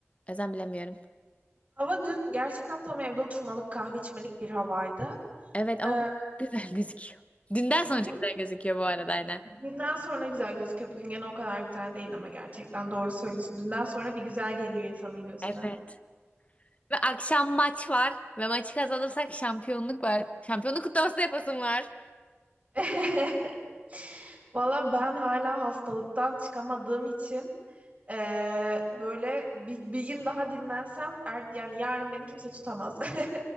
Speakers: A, on the left (about 30°); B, on the right (about 35°).
A: O yüzden bilemiyorum.
B: Hava dün gerçekten tam evde oturmalık, kahve içmelik bir havaydı.
A: Evet ama
B: Ee,
A: bu <laughs> çok güzel gözüküyor. Dünden
B: bugün
A: sonra çok güzel gözüküyor bu arada yine.
B: dünden sonra güzel gözüküyor. Bugün gene o kadar güzel değil ama gerçekten doğru söylüyorsun. Dünden sonra bir güzel geliyor insanın gözüne.
A: Evet. Ve akşam maç var. Ve maçı kazanırsak şampiyonluk var. Şampiyonluk kutlaması da yapasım var.
B: <laughs> Valla ben hala hastalıktan çıkamadığım için eee, böyle bir, bir gün daha dinlensem er, yani yarın beni kimse tutamaz. <laughs>